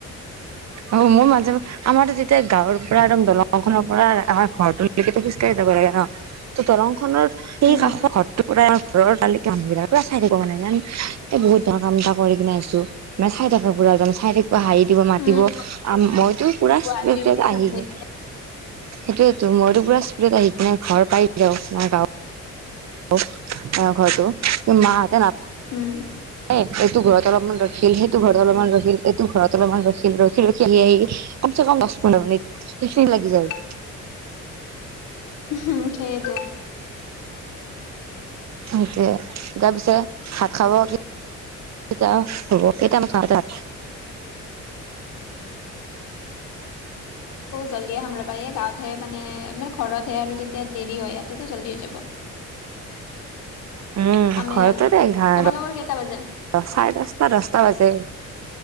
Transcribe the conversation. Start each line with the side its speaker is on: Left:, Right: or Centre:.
Right: অ' মোৰ মাজে, আমাৰো যেতিয়া গাঁৱৰ পৰা একদম দলংখনৰ পৰা আমাৰ ঘৰটোলৈক খোজকাঢ়ি যাব লাগে। ন ত দৰং খনৰ সেই
Left: উম,
Right: কাষৰ ঘৰটোৰ পৰাই ঘৰৰ তালিকা মানুহ বিলাক চাই থাকিব মানে আমি এ বহুত ধৰ কাম এটা কৰি কিনে আহিছো, মানে চাই তে ব চি তিবা হাঁহি দিব মাতি
Left: উম,
Right: দিব, মইতো পুৰা
Left: গুৱাহাটীৰ পৰা
Right: আহি
Left: ভাল লাগে।
Right: য সেইটোয়ো মইতো পুৰা স্কুলত আহি কিনে ঘৰ পাৰিলো, তোমাৰ গাঁৱত <unintelligible>
Left: উম।
Right: এ এইটো ঘৰত অলপমান ৰখিল, সেইটো ঘৰত অলপমান ৰখিল, এইটো ঘৰত অলপমান ৰখিল ৰখি ৰখি আহি আহি কম চ কম দহ পন্ধৰ মিনিট, সেইখিনি লাগি যায়।
Left: <inaudible> সেইটো।
Right: সেইটোয়ে, তাৰ পিছে শাক খাব কি এটিয়া হ'ব কেইটা ম চ
Left: <inaudible> জল্দি আহাম ৰব এই গাঁৱতহে মানে মানে ঘৰতহে আৰু তেতিয়া দেৰি হয় ইয়াতেতো জল্দি হৈ যাব।
Right: উম
Left: খামেই
Right: ঘৰতে
Left: আৰু
Right: দে, ঘ
Left: তোমালোকৰ কেইটা বাজে
Right: চাৰে দহটা দহটা বাজে।